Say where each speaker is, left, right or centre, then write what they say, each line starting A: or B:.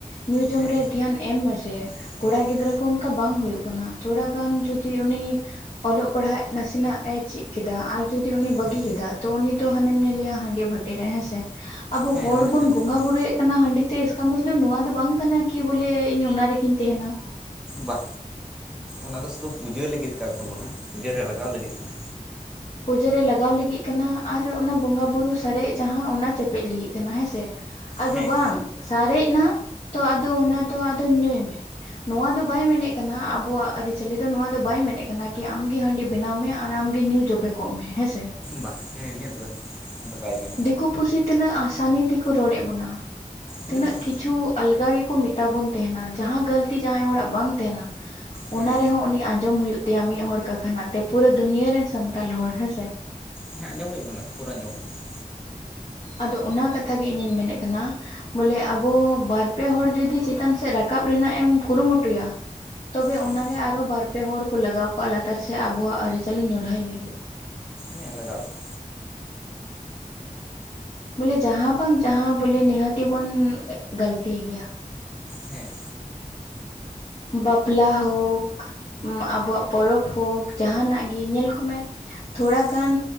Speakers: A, on the left; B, in the centre.
A: ᱧᱩ ᱡᱚᱢ
B: ᱦᱮᱸ
A: ᱨᱮ ᱫᱷᱮᱭᱟᱱ ᱮᱢ ᱢᱮᱥᱮ
B: ᱦᱮᱸ
A: ᱠᱚᱲᱟ ᱜᱤᱫᱽᱨᱟᱹ ᱠᱚ ᱚᱱᱠᱟ ᱵᱟᱝ ᱦᱳᱭᱳᱜ ᱠᱟᱱᱟ ᱛᱷᱳᱲᱟ ᱜᱟᱱ ᱡᱚᱫᱤ ᱩᱱᱤ ᱚᱞᱚᱜ ᱯᱟᱲᱦᱟᱜ ᱱᱟᱥᱮᱱᱟᱜ ᱮ ᱪᱮᱫ ᱠᱮᱫᱟ ᱟᱨ ᱡᱩᱫᱤ ᱩᱱᱤ ᱵᱟᱹᱜᱤ
B: ᱦᱮᱸ
A: ᱠᱮᱫᱟ ᱛᱚ ᱩᱱᱤ ᱫᱚ ᱦᱟᱱᱮᱢ ᱧᱮᱞ ᱮᱭᱟ ᱦᱟᱸᱰᱤ ᱵᱷᱟᱹᱴᱤ ᱨᱮ ᱦᱮᱸᱥᱮ ᱟᱵᱚ
B: ᱦᱮᱸ
A: ᱦᱚᱲ
B: ᱚᱸᱰᱮ ᱜᱮ
A: ᱵᱚᱱ
B: ᱢᱮᱱᱟᱭ
A: ᱵᱚᱸᱜᱟ
B: ᱠᱟᱫᱮᱭᱟ
A: ᱵᱩᱨᱩᱭᱮᱫ ᱚᱱᱟ ᱦᱟᱺᱰᱤ ᱛᱮ ᱮᱥᱠᱟ ᱢᱚᱛᱞᱚᱵ ᱱᱚᱣᱟ ᱫᱚ ᱵᱟᱝ ᱠᱟᱱᱟ ᱠᱤ ᱵᱚᱞᱮ ᱤᱧ ᱚᱱᱟ ᱨᱮᱜᱤᱧ ᱛᱟᱸᱦᱮᱱᱟ᱾
B: ᱵᱟ ᱚᱱᱟ ᱫᱚ ᱥᱩᱫᱩ ᱯᱩᱡᱟᱹ ᱞᱟᱹᱜᱤᱫ ᱠᱟᱱ ᱛᱟᱵᱚᱱᱟ ᱯᱩᱡᱟᱹ ᱨᱮ ᱞᱟᱜᱟᱣ ᱞᱟᱹᱜᱤᱫ ᱠᱟᱱᱟ᱾
A: ᱯᱩᱡᱟᱹ ᱨᱮ ᱞᱟᱜᱟᱣ ᱞᱤᱜᱤᱜ ᱠᱟᱱᱟ ᱟᱨ ᱚᱱᱟ ᱵᱚᱸᱜᱟ ᱵᱩᱨᱩ ᱥᱟᱨᱮᱡ ᱡᱟᱦᱟᱸ ᱚᱱᱟ ᱪᱮᱯᱮᱜ ᱞᱤᱜᱤᱜ ᱠᱟᱱᱟ ᱦᱮᱸᱥᱮ᱾ ᱟᱫᱚ
B: ᱦᱮᱸ
A: ᱵᱟᱝ ᱥᱟᱨᱮᱡ ᱱᱟ ᱛᱚ ᱟᱫᱚ ᱚᱱᱟ ᱫᱚ ᱟᱫᱚ ᱧᱩᱭ ᱢᱮ᱾ ᱱᱚᱣᱟ ᱫᱚ ᱵᱟᱭ ᱢᱮᱱᱮᱫ ᱠᱟᱱᱟ ᱟᱵᱚᱣᱟᱜ ᱟᱹᱨᱤᱪᱟᱹᱞᱤ ᱫᱚ ᱱᱚᱣᱟ ᱫᱚ ᱵᱟᱭ ᱢᱮᱱᱮᱜ ᱠᱟᱱᱟ ᱠᱤ ᱟᱢᱜᱮ ᱦᱟᱺᱰᱤ ᱵᱮᱱᱟᱣ ᱢᱮ ᱟᱨ ᱟᱢᱜᱮ ᱧᱩ ᱡᱚᱵᱮ ᱠᱚᱜ ᱢᱮ ᱦᱮᱸ ᱥᱮ᱾
B: ᱵᱟ ᱦᱮᱸ ᱱᱤᱭᱟᱹ ᱫᱚ ᱵᱟᱝ᱾ ᱱᱤᱭᱟᱹ ᱫᱚ ᱵᱟᱭ ᱢᱮᱱ
A: ᱫᱤᱠᱩ ᱯᱩᱥᱤ ᱛᱤᱱᱟᱹᱜ ᱟᱥᱟᱱᱤ ᱛᱮᱠᱚ ᱨᱚᱲᱮᱫ ᱵᱚᱱᱟ ᱛᱤᱱᱟᱹᱜ
B: ᱦᱮᱸ
A: ᱠᱤᱪᱷᱩ᱾ ᱟᱞᱜᱟ ᱜᱮᱠᱚ ᱢᱮᱛᱟ ᱵᱚᱱ ᱛᱟᱦᱮᱱᱟ ᱡᱟᱦᱟᱸ ᱜᱟᱹᱞᱛᱤ ᱡᱟᱦᱟᱸᱭ ᱦᱚᱲᱟᱜ ᱵᱟᱝ ᱛᱟᱸᱦᱮᱱᱟ
B: ᱦᱮᱸ
A: ᱚᱱᱟ ᱨᱮᱦᱚᱸ ᱩᱱᱤ ᱟᱸᱧ ᱡᱚᱢ ᱦᱩᱭᱩᱜ ᱛᱟᱭᱟ ᱢᱤᱫ ᱦᱚᱲ ᱠᱟ ᱠᱷᱟᱱᱟᱜ ᱛᱮ ᱯᱩᱨᱟᱹ ᱫᱩᱱᱤᱭᱟᱹ ᱨᱮᱱ ᱥᱟᱱᱛᱟᱞ ᱦᱚᱲ ᱦᱮᱸ ᱥᱮ᱾
B: ᱦᱮᱸ ᱟᱸᱡᱚᱢ ᱦᱩᱭᱩᱜ ᱠᱟᱱᱟ ᱛᱚ ᱯᱩᱨᱟᱹ ᱟᱸᱡᱚᱢ ᱦᱩᱭᱩᱜ ᱠᱟᱱᱟ᱾
A: ᱟᱫᱚ ᱚᱱᱟ ᱠᱟᱛᱷᱟ ᱜᱮ ᱤᱧ ᱢᱮᱱᱮᱫ ᱠᱟᱱᱟ᱾ ᱵᱚᱞᱮ ᱟᱵᱚ ᱵᱟᱨ ᱯᱮ ᱦᱚᱲ ᱡᱩᱫᱤ ᱪᱮᱛᱟᱱ ᱥᱮᱫ ᱨᱟᱠᱟᱵ ᱨᱮᱱᱟᱜ ᱮᱢ ᱠᱩᱨᱩᱢᱩᱴᱩᱭᱟ ᱛᱚᱵᱮ
B: ᱦᱮᱸ
A: ᱚᱱᱟᱨᱮ ᱟᱨᱚ ᱵᱟᱨ ᱯᱮ ᱦᱚᱲ ᱠᱚ ᱞᱟᱜᱟᱣ ᱠᱚᱜ ᱟ ᱞᱟᱛᱟᱨ ᱥᱮᱫ ᱟᱵᱚᱣᱟᱜ ᱟᱹᱨᱤᱪᱟᱹᱞᱤ ᱧᱩᱨᱦᱟᱹᱭ ᱞᱟᱹᱜᱤᱫ᱾
B: ᱦᱮᱸ ᱞᱟᱜᱟᱣ ᱠᱚ
A: ᱵᱚᱞᱮ ᱡᱟᱦᱟᱸ ᱵᱟᱝ ᱡᱟᱦᱟᱸ ᱵᱚᱞᱮ ᱱᱤᱦᱟᱹᱛᱤ ᱵᱚᱱ ᱜᱟᱹᱞᱛᱤᱭ ᱜᱮᱭᱟ᱾
B: ᱦᱮᱸ
A: ᱵᱟᱯᱞᱟ ᱦᱳᱠ ᱟᱵᱚᱣᱟᱜ ᱯᱚᱨᱚᱵᱽ ᱦᱳᱠ ᱡᱟᱦᱟᱱᱟᱜ ᱜᱮ ᱧᱮᱞ ᱠᱚᱢᱮ ᱛᱷᱳᱲᱟ
B: ᱦᱮᱸ
A: ᱜᱟᱱ